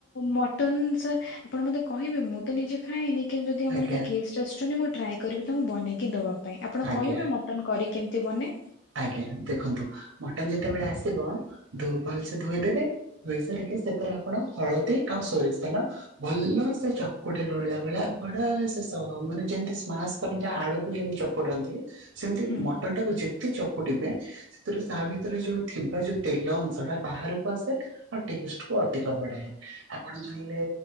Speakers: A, on the left; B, on the right.
A: ମ ଟନ୍ ସାର୍ ଆପଣ ମତେ କହିବେ ମୁଁ ତ ନିଜେ ଖାଏନି, କିନ୍ତୁ ଯଦି ଆମର
B: ଆଜ୍ଞା
A: କେହି ଗେଷ୍ଟ ଆସୁଛନ୍ତି ମୁଁ ଟ୍ରାଏ କରିବି ତାଙ୍କୁ ବନେଇକି ଦବା ପାଇଁ। ଆପଣ
B: ଆଜ୍ଞା
A: କହିବେ ମଟନ୍ କରି କେମିତି ବନେ?
B: ଆଜ୍ଞା। ଦେଖନ୍ତୁ ମଟନ୍ ଯେତେବେଳେ ଆସିବ ଧୋ ଭଲସେ ଧୋଇଦେବେ ଧୋଇ ସାରିକି ସେଥିରେ ଆପଣ ହଳଦୀ ଆଉ ସୋରିଷ ତେଲ ଭଲ ସେ ଚକୁଟିଲା ଭଳିଆ ଭଳିଆ ବଢ଼ିଆ ସେ ସ ମାନେ ଯେମତି ସ୍ମାସ୍ କରନ୍ତି ଆଳୁ ଯେମିତି ଚକୁଡନ୍ତି ସେମିତି
A: ହୁଁ
B: ମଟନ୍ ଟାକୁ ଯେତେ ଚକୁଡିବେ ସେଥିରେ ତା ଭିତରେ ଯୋଉ ଥିବା ଯୋଉ ତେଲ ଅଂଶ ଟା ବାହାରକୁ ଆସେ ଆଉ ଟେଷ୍ଟ କୁ ଅଧିକ ବଢାଏ। ଆପଣ ଚାହିଁଲେ